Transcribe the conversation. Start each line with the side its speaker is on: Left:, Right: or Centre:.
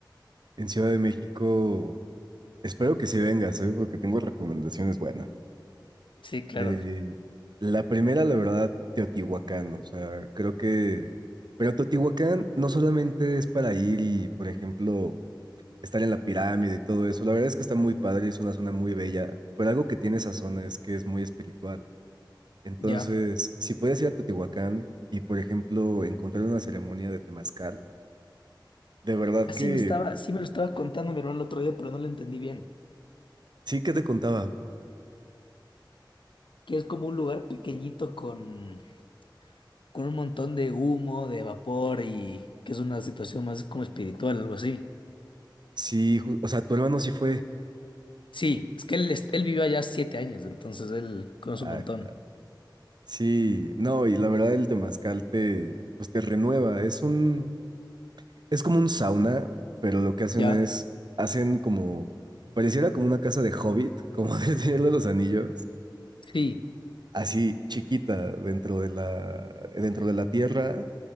Right: En Ciudad de México, espero que sí vengas, ¿sabes? Porque tengo recomendaciones buenas.
Left: Sí, claro,
Right: Eh, la primera, la verdad, Teotihuacán, o sea, creo que... Pero Teotihuacán no solamente es para ir y, por ejemplo, estar en la pirámide y todo eso, la verdad es que está muy padre, es una zona muy bella, pero algo que tiene esa zona es que es muy espiritual. Entonces,
Left: ya.
Right: si puedes ir a Teotihuacán y, por ejemplo, encontrar una ceremonia de temazcal, de verdad
Left: Así
Right: que...
Left: me estaba, sí me lo estaba contando mi hermano el otro día, pero no lo entendí bien.
Right: Sí, que te contaba?
Left: que es como un lugar pequeñito con, con un montón de humo, de vapor y que es una situación más como espiritual, algo así.
Right: Sí, ju- o sea, tu hermano sí fue.
Left: Sí, es que él, est- él vivió allá siete años, entonces él conoce
Right: Ah,
Left: un montón.
Right: claro. Sí, no, y la verdad el temazcal te, pues te renueva. Es un, es como un sauna, pero lo que hacen
Left: Ya,
Right: es, hacen como, pareciera como una casa de Hobbit, como <laughs> del Señor de los Anillos,
Left: sí,
Right: así chiquita dentro de la, dentro de la tierra,